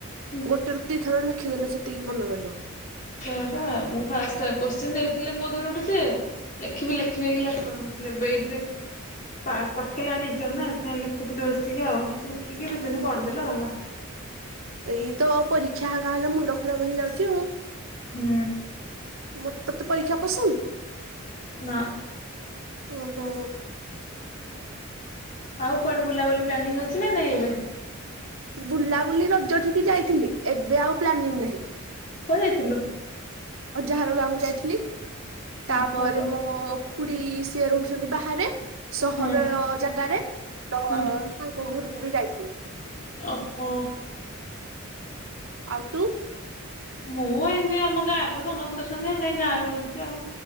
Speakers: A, on the left; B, on the right.
A: ହୁଁ।
B: ଗୋଟେ ରୁ ଦିଥର ଲେଖିଦେଲେ ସେତିକି ମନେ ରହିଲ <unintelligible>
A: ସେଆପା ମୁ ଫାଷ୍ଟ କୋତ୍ସିନ ଦେଇଥିଲେ କୋଉ ଦିନଠୁ ସେ ଲେଖିବି ଲେଖିବି ହେଇ ଲେଖିପାରୁନଥିଲି ଏବେ ଏଇ ପା-ପାଖେଇିଲାଣି ଏକ୍ସାମ୍ ନା ସେଆ ଲେଖୁଥିଲି ବସିକି ଆଉ ଲେଖିକି ଦି
B: ହଁ
A: ଦିନ
B: ମ
A: ପଢ଼ିଦେଲେ ଗଲା।
B: ଏଇ ତ ପରୀକ୍ଷା ହେଗା ହେଲେ ମୁଣ୍ଡ ଖରାପ ହେଇଯାଉଛି ଆଉ।
A: ହୁଁ।
B: ମ ତତେ ପରୀକ୍ଷା ପସନ୍ଦ।
A: ନା।
B: ଓ ହୋ।
A: ଆଉ କୁଆଡେ ବୁଲାବୁଲି ପ୍ଲାନିଙ୍ଗ ଅଛି ନା ନାଇଁ ଏବେ।
B: ବୁଲାବୁଲି ରଜ ଠିକି ଯାଇଥିଲି ଏବେ ଆଉ ପ୍ଲାନିଂ ନାହିଁ।
A: କୁଆଯାଇଥିଲୁ?
B: ଅଜାଘର ଗାଁକୁ ଯାଇଥିଲି।
A: ଓହୋ
B: ତାପରେ ମୋ-ମୋ ଖୁଡି ସିଏ ରହୁଛନ୍ତି ବାହାରେ। ସହର
A: ହଁ
B: ଜାଗାରେ ତ
A: ହଁ
B: ତାଙ୍କ ଘରକୁ ବି ଯାଇଥିଲି।
A: ଓହୋ।
B: ଆଉ ତୁ?
A: ମୁଁ ଏମିତି ଆମ ଗାଁରେ ତ ସମସ୍ତେ ଅଛନ୍ତି ସେଇ ଗାଁରେ ବୁଲୁଛି ଆଉ।